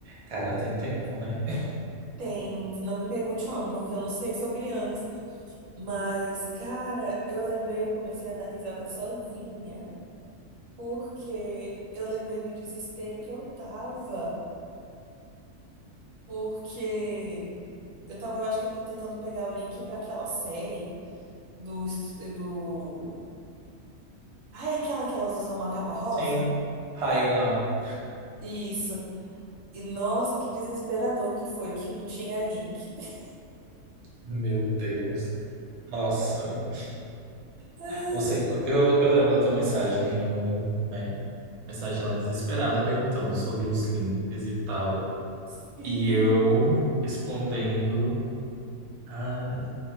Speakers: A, on the right (about 50°); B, on the right (about 70°).
A: Cara, tem tempo, né? <laughs>
B: Tem, não me pergunte o ano, porque eu não sei sobre anos. Mas, cara, eu lembrei, eu comecei a dar risada sozinha, porque eu lembrei do desespero que eu tava, porque eu tava, eu acho que tentando pegar o link pra aquela série do, do... Ah, é aquela que elas usam uma capa rosa?
A: Sim, Railão.
B: Isso. E nossa, que desesperador que foi, que não tinha link. <laughs>
A: Meu Deus. Nossa,
B: Ah,
A: você. Eu, eu lembro da tua mensagem me mandando, né? Mensagem lá desesperada perguntando sobre os links e tal.
B: Sim,
A: E eu respondendo. Ai,